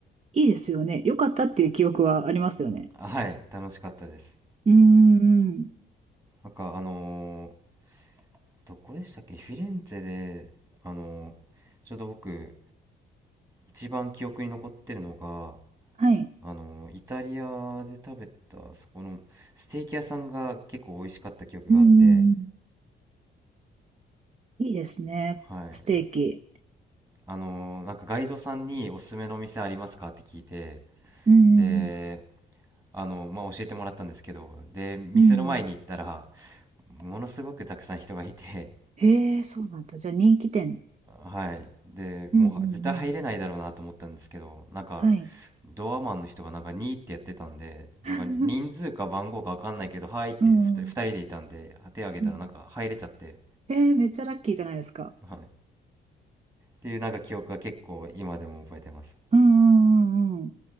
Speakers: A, on the right (about 35°); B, on the right (about 15°).
A: いいですよね。良かったっていう記憶はありますよね。
B: はい、楽しかったです。
A: うーん。
B: なんか、あのーどこでしたっけフィレンツェで、あのーちょうど僕、一番記憶に残ってるのが、
A: はい。
B: あのイタリアで食べたそこのステーキ屋さんが結構美味しかった記憶があって
A: うーん。いいですね。
B: はいな
A: ステーキ。
B: あのなんかガイドさんにおすすめのお店ありますかって聞いて
A: うーん。
B: であのまあ教えてもらったんですけどで店の前に行ったら
A: うん。
B: ものすごくたくさん人がいて
A: へえ、そうなんだ。じゃあ人気店。
B: はい。で、もうは絶対入れないだろうなと思ったんですけど、
A: うんうんうん。
B: なんか、
A: はい。
B: ドアマンの人がなんか2ってやってたんで、
A: <laughs>
B: なんか人数か番号かわかんないけど、はいって2、
A: うんうん
B: 二人でいたんで、手挙げたらなんか入れちゃって、
A: うん。<laughs> えー、めっちゃラッキーじゃないですか。
B: はい。っていうなんか記憶が結構今でも覚えてます。
A: うんうんうんうん。